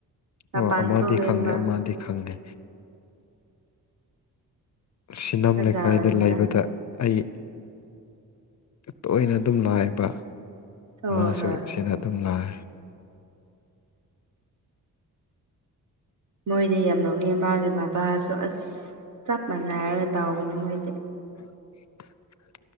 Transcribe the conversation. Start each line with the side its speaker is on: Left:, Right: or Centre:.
Right: ꯃꯄꯥꯟ
Left: ꯑꯣ ꯑꯃꯗꯤ
Right: ꯊꯣꯛꯑꯦ
Left: ꯈꯪꯗꯦ
Right: ꯃꯥ
Left: ꯑꯃꯗꯤ ꯈꯪꯉꯦ ꯁꯤꯅꯝ
Right: ꯐꯖꯕꯅꯤꯅ
Left: ꯂꯩꯀꯥꯏꯗ ꯂꯩꯕꯗ ꯑꯩ ꯇꯣꯏꯅ ꯑꯗꯨꯝ ꯂꯥꯛꯑꯦꯕ
Right: ꯍꯣꯏ
Left: ꯃꯥꯥꯁꯨ
Right: ꯍꯣꯏ
Left: ꯁꯤꯅ ꯑꯗꯨꯝ ꯂꯥꯏ
Right: ꯃꯣꯏꯗꯤ ꯌꯥꯝ ꯅꯣꯛꯅꯤ ꯃꯥꯒꯤ ꯃꯄꯥꯁꯨ ꯑꯁ ꯆꯞ ꯃꯥꯟꯅꯔꯒ ꯇꯥꯎꯕꯅꯤ ꯃꯣꯏꯗꯤ
Left: <inaudible>